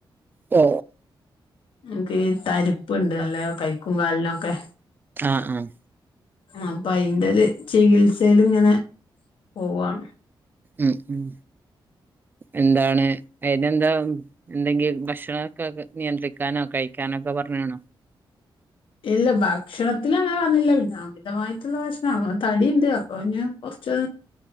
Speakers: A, on the right (about 25°); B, on the left (about 80°).
A: മ്ഹ്
B: എനിക്ക് തരിപ്പ്ണ്ട് നല്ല കൈക്കും കാലിനൊക്കെ
A: ആഹ് ആഹ്.
B: അപ്പൊ അയിന്റൊരു ചികിൽസെല് ഇങ്ങനെ പോവാണ്.
A: ഉം ഉം. എന്താണ് അയിനെന്താ എന്തെങ്കിലും ഭക്ഷണമൊക്ക നിയന്ത്രിക്കാനോ കഴിക്കാനോ ഒക്കെ പറഞ്ഞാണോ?
B: ഇല്ല ഭക്ഷണത്തില് അങ്ങനെ പറഞ്ഞില്ല പിന്നെ അമിതമായിട്ടുള്ള ഭക്ഷണം തടിയ്ണ്ട് അപ്പൊ ഇങ്ങനെ കൊറച്ച്